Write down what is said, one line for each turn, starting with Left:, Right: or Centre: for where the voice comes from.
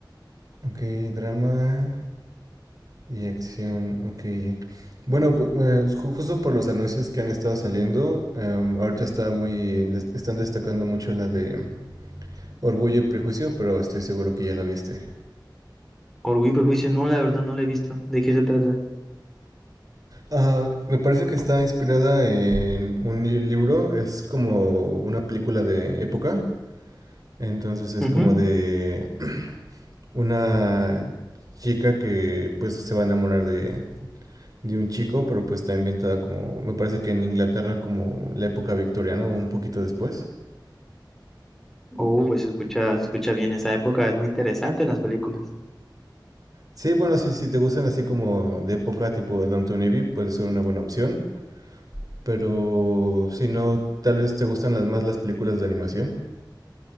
Right: Ok, drama y acción, ok. Bueno, bu- pues, ju- justo por los anuncios que han estado saliendo, em, ahorita está muy, les- están destacando mucho la de Orgullo y Prejuicio, pero estoy seguro que ya la viste.
Centre: Orgullo y Prejuicio, no, la verdad no lo he visto. ¿De qué se trata?
Right: Ah, me parece que está inspirada en un li- libro, es como una película de época. Entonces es
Centre: Ujú.
Right: como de <clears throat> una chica que pues se va a enamorar de, de un chico, pero pues está inventada como, me parece que en Inglaterra como la época victoriana o un poquito después.
Centre: Oh, se escucha, se escucha bien esa época, es muy interesante en las películas.
Right: Sí, bueno, si, si te gustan así como de época tipo Downton Abbey, puede ser una buena opción. Pero si no, tal vez te gustan las, más las películas de animación.